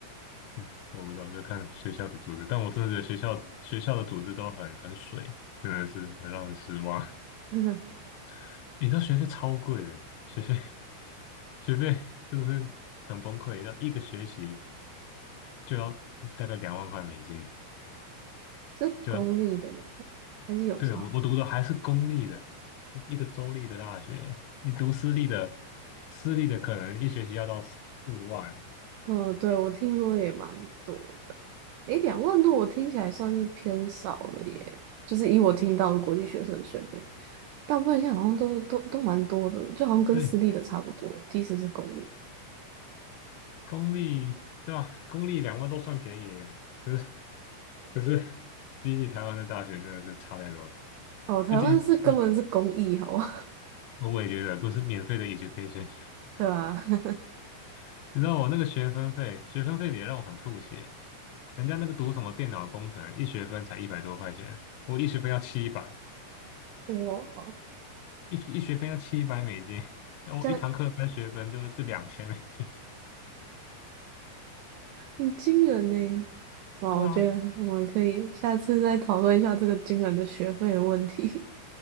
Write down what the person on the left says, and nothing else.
<laughs> 我不知道，就看学校的组织。但我真的觉得学校学校的组织都很很水，真的是很让人失望。
<laughs> 你知道学费超贵的，学费学费真的是很崩溃，要一个学期就要大概两万块美金，
就要
对我我读的还是公立的，一个州立的大学，你读私立的，私立的可能一学期要到四五万。
对，
公立对吧？公立两万都算便宜耶可是可是比起台湾的大学真的是差太多了。
而且我
我也觉得都是免费的 education，
<laughs> 你知道我那个学分费，学分费也让我很吐血。人家那个读什么电脑工程，一学分才一百多块钱，我一学分要七百，
一一学分要七百美金，然后我一堂课三学分就就两千美金。
对啊，